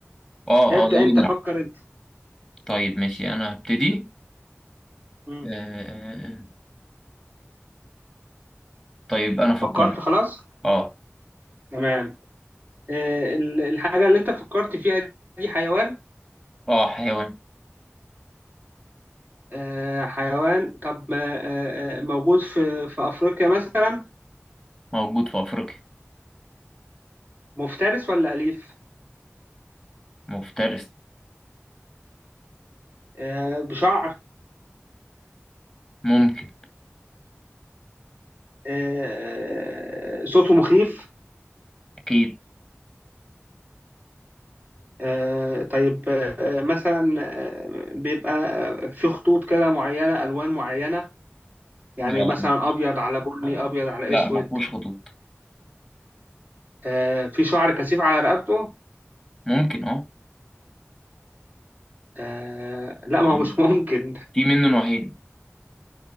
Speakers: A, in the centre; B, on the right (about 40°).
A: اه
B: ابدأ
A: اه يلا
B: انت فكر
A: نلعب
B: انت
A: طيب ماشي انا هبتدي
B: مم.
A: آه آه، آه. طيب انا فكرت
B: فكرت خلاص
A: اه
B: تمام آه، ال- الحاجة اللي أنت فكرت فيها دي حيوان
A: اه حيوان
B: آه، حيوان طب آه، آه، موجود في في أفريقيا مثلا
A: موجود في افريقيا
B: مفترس ولا أليف
A: مفترس
B: آه، بشعر
A: ممكن
B: آه، آه، صوته مخيف
A: اكيد
B: آه، طيب آه، مثلا آه، بيبقى في خطوط كده معينة ألوان معينة يعني
A: لا لا
B: مثلا
A: مفهوش-
B: أبيض على بني أبيض على
A: لا
B: أسود
A: ما فيهوش خطوط
B: آه، في شعر كثيف على رقبته
A: ممكن اه
B: آه، لا
A: يعني
B: ما هو مش ممكن
A: في منه نوعين